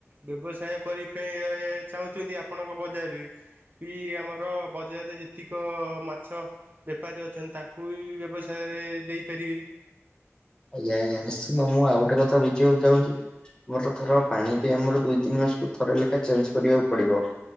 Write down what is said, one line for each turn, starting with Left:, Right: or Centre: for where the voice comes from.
Right: ବ୍ୟବସାୟ କରିବା ପାଇଁ ଚାହୁଁଛନ୍ତି ଆପଣଙ୍କ ବଜାରରେ ବି ଆମର ବଜାରରେ ଯେତିକ ମାଛ ବେପାରୀ ଅଛନ୍ତି ତାଙ୍କୁ ବ୍ୟବସାୟରେ ଦେଇପାରିବି
Left: ଆଜ୍ଞା ଆଜ୍ଞା ନିଶ୍ଚନ୍ତ ମୁଁ ଆଉ ଗୋଟେ କଥା ବୁଝିବାକୁ ଚାହୁଁଛି ଆମର ଥର ପାଣି ଟି ଆମର ଦୁଇ ତିନି ମାସକୁ ଥରେ ଲେଖାଏ ଚେଞ୍ଜ କରିବାକୁ ପଡିବ